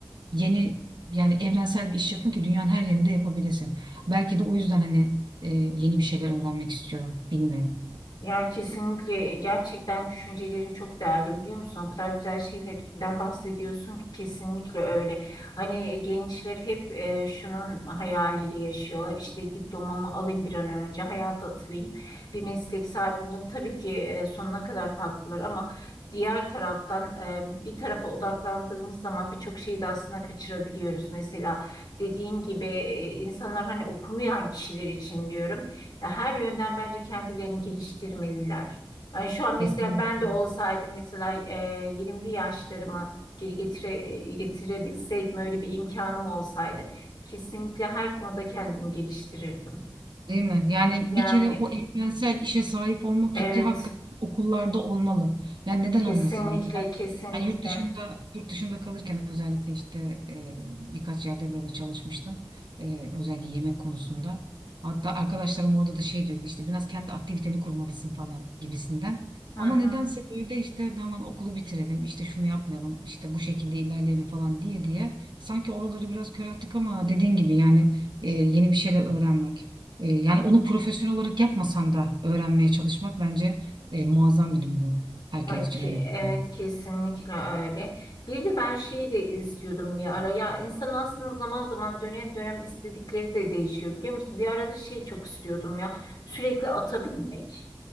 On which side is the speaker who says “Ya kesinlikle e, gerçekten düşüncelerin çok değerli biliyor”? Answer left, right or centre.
Left